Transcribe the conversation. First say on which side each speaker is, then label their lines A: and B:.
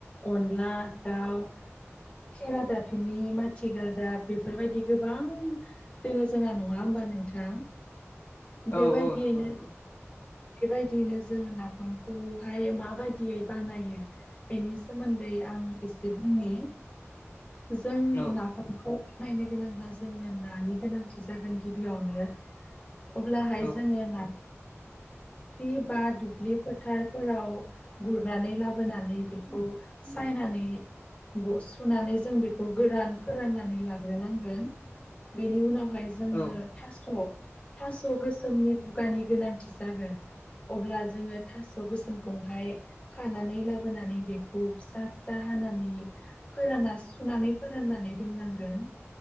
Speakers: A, on the left; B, on the left.
A: अनला दाउ, खेरा दाफिनि, माने थि गालदाब बेफोरबायदि गोबां दङ जोंहा नङा होमबा नोंथां। बेबायदियैनो
B: औ औ नंगौ नंगौ
A: बेबायदियैनो जोङो नाफामखौहाय माबायदियै बानायो बेनि सोमोन्दै आं एसे बुंनि। जों
B: औ
A: ना <unintelligible> खौ नायनो गोनांब्ला जोंनो नानि गोनांथि जागोन गिबियावनो। अब्लाहाय
B: औ
A: जोङो ना लि बा दुब्लि फोथारफोराव गुरनानै लाबोनानै बेखौ सायनानै सुनानै जों बेखौ गोरान फोराननानै लाग्रोनांगोन। बेनि उनावहाय जोंङनो
B: औ
A: थास' थास' गोसोमनि बुगानि गोनांथि जागोन। अब्ला जोङो थास' गोसोमखौहाय खानानै लाबोनानै बेखौ फिसा फिसा हानानै फोरानना सुनानै फोराननानै दोननांगोन,